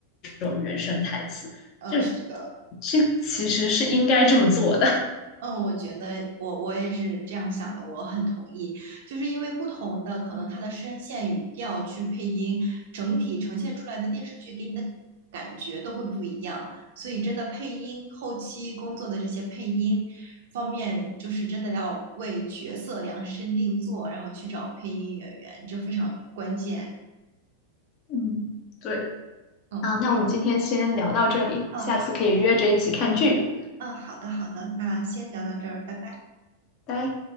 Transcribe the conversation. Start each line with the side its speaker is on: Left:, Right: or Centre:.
Left: 种原声台词，
Right: 呃，
Left: 就
Right: 是的，
Left: 这其实是应该这么做的。
Right: 嗯，我觉得我我也是这样想的，我很同意，就是因为不同的可能他的声线、语调去配音，整体呈现出来的电视剧给你的感觉都会不一样，所以真的配音后期工作的这些配音方面，就是真的要为角色量身定做，然后去找配音演员，这非常关键。
Left: <laughs> 嗯，对。
Right: 嗯，
Left: 啊，那我们今天先聊到这里，
Right: 嗯好，
Left: 下次可以约着一起看剧，
Right: 嗯，好的，好的，那先聊到这儿，拜拜。
Left: 拜。